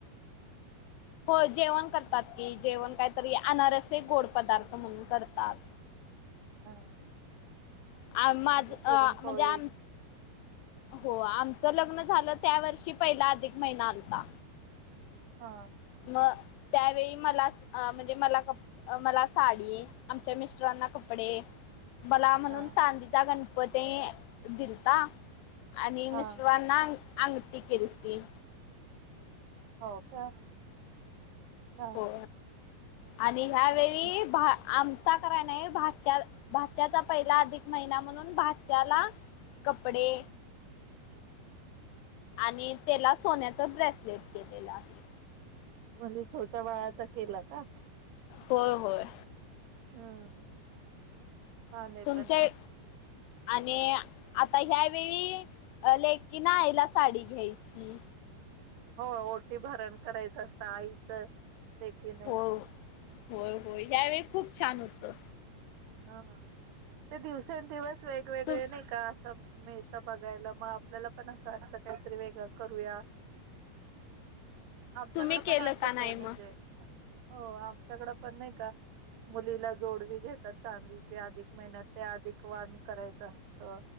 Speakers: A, on the left; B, on the right.
A: हो जेवण करतात की जेवण काहीतरी अनारस गोड पदार्थ म्हणून करतात.
B: हा
A: आ माझ
B: आणि पुरणपोळी.
A: म्हणजे आम हो आमचं लग्न झालं त्या वर्षी पहिला अधिक महिना आलता.
B: हा.
A: मग त्यावेळी मला म्हणजे मला क मला साडी आमच्या मिस्टरांना कपडे मला म्हणून
B: हा
A: चांदीचा गणपती दिलता. आणि मिस्टरना
B: हा
A: अंगठी केली ती.
B: हो का छान.
A: हो आणि ह्यावेेळी
B: म-
A: आम सा कराय नाही भा भाात्याचा पहिला अधिक महिना म्हणून भाश्याला कपडे आणि त्याला सोन्याचं ब्रेसलेट केलेलं आहे.
B: म्हणजे छोट्या बाळाचा केला का?
A: होय होय.
B: हम्म! छान आहे
A: तुमचे
B: पण मग
A: आणि आता ह्यावेेळी लेकीि नाईला साडी घ्यायची.
B: हो ओटी भरण करायचं असतं आईच. लेकीने
A: हो हो होय यावेळी खूप छान होतं
B: हा ते दिवसेंदिवस वेगवेगळे
A: तु
B: नाही का असं मिळत बघायला मग आपल्याला पण असं वाटतं काहीतरी वेगळं करूया आमच्याकडं
A: तुम्ही केलं
B: पण असंच
A: का नाही
B: आहे म्हणजे
A: मग?
B: हो आमच्याकडें पण नाही का मुलीला जोडवी घेत चांदीचे अधिक महिन्यात ते अधिक वान करायचं असत